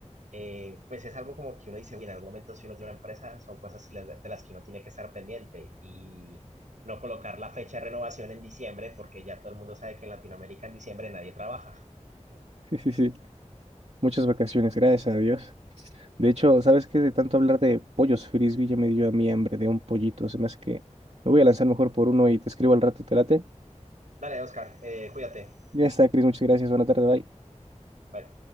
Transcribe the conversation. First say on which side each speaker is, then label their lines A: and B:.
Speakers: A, on the right (about 80°); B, on the right (about 60°).
A: eh, pues es algo como que uno dice, uy, en algún momento si uno tiene una empresa, son cosas la- de las que uno tiene que estar pendiente y no colocar la fecha de renovación en diciembre, porque ya todo el mundo sabe que en Latinoamérica en diciembre nadie trabaja.
B: Sí, sí, sí. Muchas vacaciones, gracias a Dios. De hecho, ¿sabes qué? De tanto hablar de pollos frisbee ya me dio a mí hambre de un pollito. Se me hace que me voy a lanzar mejor por uno y te escribo al rato, ¿te late?
A: Dale, Oscar, eh, cuídate.
B: Ya está, Cris, muchas gracias. Buena tarde, bye.
A: Bye.